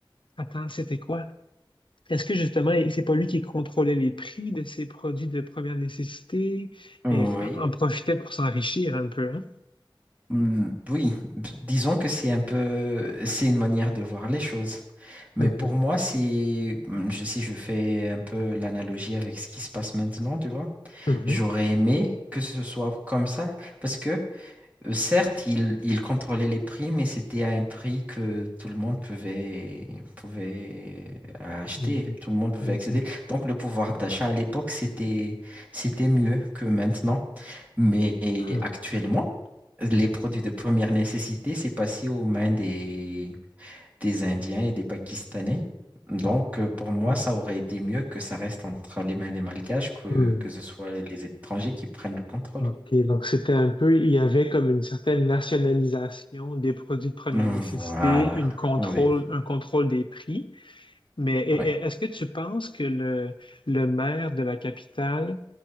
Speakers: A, on the left; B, on the right.
A: attends, c'était quoi? Est-ce que justement, et c'est pas lui qui contrôlait les prix de ses produits de première nécessité
B: Oui.
A: et f- en profitait pour s'enrichir un peu, hein?
B: Hmm, Oui, d- disons que c'est un peu, c'est une manière de voir les choses. Mais
A: Mhm,
B: pour moi, si hmm, je, si je fais un peu l'analogie avec ce qui se passe maintenant, tu vois,
A: mhm,
B: j'aurais aimé que ce soit comme ça, parce que euh, certes, ils il contrôlait les prix, mais c'était à un prix que tout le monde pouvait, pouvait acheter,
A: mhm,
B: tout le monde pouvait
A: mhm,
B: accéder. Donc le pouvoir d'achat à l'époque, c'était, c'était mieux que maintenant. Mais
A: ah,
B: actuellement, les produits de première nécessité, c'est passé aux mains des, des Indiens et des Pakistanais. Donc, euh, pour moi,
A: ah,
B: ça aurait été mieux que ça reste entre les mains des Malgaches que,
A: hmm.
B: que ce soit les les étrangers qui prennent le contrôle.
A: OK, donc c'était un peu, il y avait comme une certaine nationalisation. des produits de première
B: Voilà.
A: nécessité, une contrôle,
B: Oui,
A: un contrôle des prix. Mais e-
B: oui.
A: e- est-ce que tu penses que le, le maire de la capitale